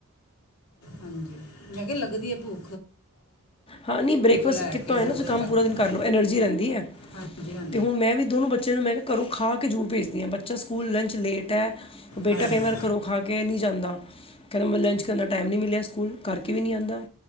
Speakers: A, on the left; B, on the left.
A: ਹਾਂਜੀ ਮੈ ਕਿਆ ਲੱਗਦੀ ਏ ਭੁੱ
B: ਹਾਂ ਨੀ ਬ੍ਰੇਕਫਾਸਟ
A: ਲੈ
B: ਕੀਤਾ
A: ਕੇ
B: ਹੋਆ ਨਾ ਤੁਸੀਂ
A: ਵਜੇ
B: ਕੰਮ
A: ਤੱਕ
B: ਪੂਰਾ ਦਿਨ ਕਰ ਲੋ ਐਨਰਜੀ ਰੇਂਦੀ ਏ।
A: ਹਾਂਜੀ ਹਾਂ
B: ਤੇ ਹੁਣ ਮੈਂ ਵੀ ਦੋਨੋਂ ਬਚ ਚਿਆ ਨੂੰ ਮੈਂ ਕਿਆ ਕਰੋ ਖਾ ਕੇ ਜੂਰਰ ਭੇਜਦੀ ਐ ਬੱਚਾ ਸਕੂਲ ਲੰਚ ਲੇਟ ਐ ਬੇਟਾ
A: ਹਾਂਜੀ
B: ਕਈ ਵਾਰ ਕਰੋ ਖਾ ਕੇ ਨੀ ਜਾਂਦਾ ਕੇਂਦਾ ਮੈਂ ਲੰਚ ਕਰਨ ਦਾ ਟਾਈਮ ਨੀ ਮਿਲਿਆ ਸਕੂਲ ਕਰਕੇ ਵੀ ਨੀ ਆਦਾ